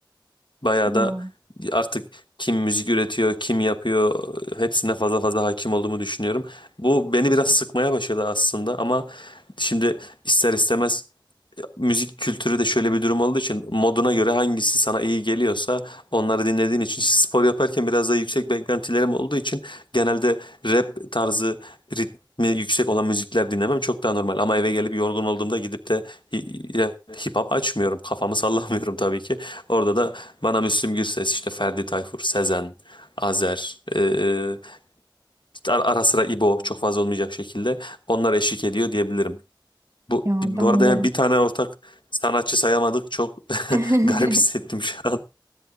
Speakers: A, on the left (about 75°); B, on the right (about 40°).
A: Bayağı
B: Ya
A: da artık kim müzik üretiyor, kim yapıyor hepsine fazla fazla hakim olduğumu düşünüyorum. Bu beni biraz sıkmaya başladı aslında ama şimdi ister istemez müzik kültürü de şöyle bir durum olduğu için moduna göre hangisi sana iyi geliyorsa onları dinlediğin için işte spor yaparken biraz daha yüksek beklentilerim olduğu için genelde rap tarzı ritmi yüksek olan müzikler dinlemem çok daha normal ama eve gelip yorgun olduğumda gidip de hi- rap, hip hop açmıyorum kafamı <laughs> sallamıyorum tabii ki orada da bana Müslüm Gürses işte Ferdi Tayfur Sezen Azer e, işte ara ara sıra İbo çok fazla olmayacak şekilde onlar eşlik ediyor diyebilirim. Bu,
B: ya
A: bu
B: ben
A: arada
B: de.
A: yani bir tane ortak sanatçı sayamadık. Çok
B: <laughs>
A: <laughs> garip hissettim şu an.